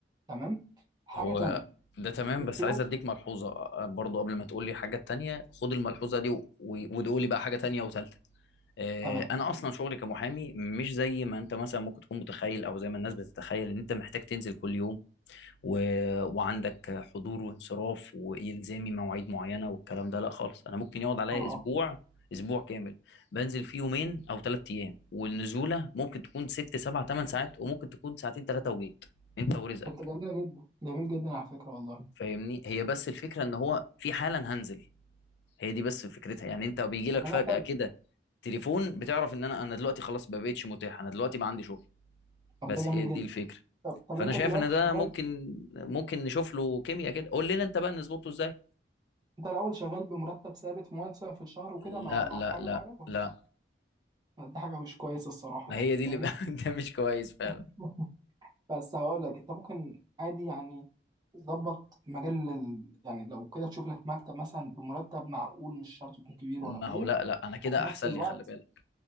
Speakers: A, on the right (about 20°); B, on the left (about 70°).
A: تمام حاجة
B: هو
A: تانية
B: ده تمام بس
A: في
B: عايز
A: أوبشن
B: اديك ملحوظه برضو قبل ما تقول لي حاجه تانية خد الملحوظه دي و... و... وتقول لي بقى حاجه تانية وثالثه آه،
A: تمام
B: انا اصلا شغلي كمحامي مش زي ما انت مثلا ممكن تكون متخيل او زي ما الناس بتتخيل ان انت محتاج تنزل كل يوم و... وعندك حضور وانصراف والزامي مواعيد معينه والكلام ده لا خالص انا ممكن يقعد
A: اه
B: عليا
A: آه.
B: اسبوع اسبوع كامل بنزل فيه يومين او ثلاث ايام والنزوله ممكن تكون ست سبع ثمان ساعات وممكن تكون ساعتين ثلاثه وجيت انت ورزقك
A: طب ده جميلة جدا جميل جدا على فكرة والله
B: فاهمني هي بس الفكره ان هو في حالا هنزل هي دي بس فكرتها يعني انت بيجي لك
A: طب ما
B: فجأة
A: ده حلو
B: كده تليفون بتعرف ان انا انا دلوقتي خلاص ما بقتش متاح انا دلوقتي ما عندي شغل
A: طب
B: بس
A: ده جميل
B: هي دي
A: جدا
B: الفكرة
A: طب طب
B: فانا
A: انت
B: شايف
A: دلوقتي
B: ان ده
A: شغال
B: ممكن ممكن نشوف له كيمياء كده قول لنا انت بقى نظبطه ازاي
A: انت الاول شغال بمرتب ثابت مثلا في الشهر وكده
B: لا
A: مع مع
B: لا
A: محامي
B: لا
A: معين ولا
B: لا
A: دي حاجة مش كويسة الصراحة
B: ما
A: يعني
B: هي دي
A: فاهمني
B: اللي <laughs> ده مش كويس فعلا
A: <laughs> بس هقول لك انت ممكن عادي يعني ظبط مجال ال... يعني لو كده تشوف لك مكتب مثلا بمرتب معقول مش شرط يكون كبير
B: ما
A: ولا قليل
B: هو لا لا انا كده
A: وفي نفس
B: احسن
A: الوقت
B: لي خلي بالك